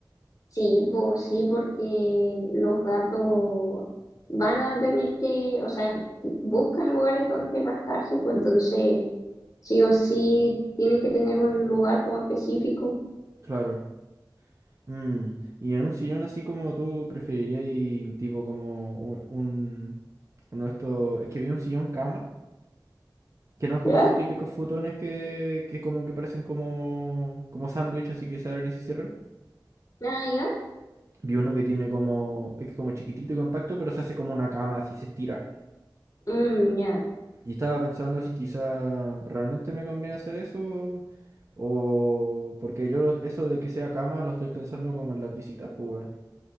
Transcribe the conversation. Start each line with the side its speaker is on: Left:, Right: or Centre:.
Left: Sí, pues sí, porque los gatos van a tener que, o sea, ti- buscan lugares donde rascarse, pues entonces sí o sí tienen que tener un lugar como específico.
Right: Claro. Mm, Y en un sillón así como tú preferirías, y tipo como un, un- uno de estos. Es que vi un sillón cama, que no es como
Left: ¿Ya?
Right: estos típicos futones que, que como que parecen como, como sándwich, así que se abren y se cierran.
Left: Ah, ya,
Right: Vi uno que tiene como, es que como chiquitito y compacto, pero se hace como una cama, así se estira.
Left: Mm, ya,
Right: Y estaba pensando si quizá realmente me conviene hacer eso o porque yo lo- eso de que sea cama lo estoy pensando como en las visitas, pues, weón,